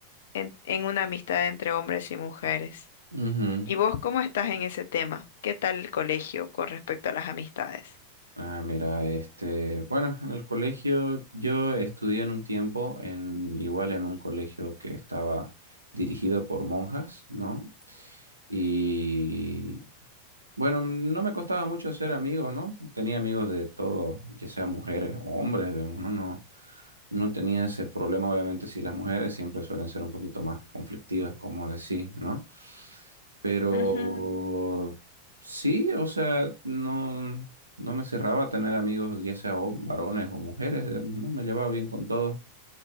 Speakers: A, on the left (about 55°); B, on the right (about 80°).
A: en, en una amistad entre hombres y mujeres.
B: Ujú.
A: ¿Y vos cómo estás en ese tema? ¿Qué tal el colegio con respecto a las amistades?
B: Ah, mira, este, bueno, en el colegio yo estudié en un tiempo en igual en un colegio que estaba dirigido por monjas, ¿no? Y bueno, no me costaba mucho ser amigos, ¿no? Tenía amigos de todo, ya sea mujeres o hombres, digamos, ¿no? No, No tenía ese problema, obviamente, si las mujeres siempre suelen ser un poquito más conflictivas, como decís, ¿no? Pero
A: Ujú,
B: sí, o sea, no, no me cerraba a tener amigos, ya sea o- varones o mujeres, digamos, ¿no? Me llevaba bien con todos.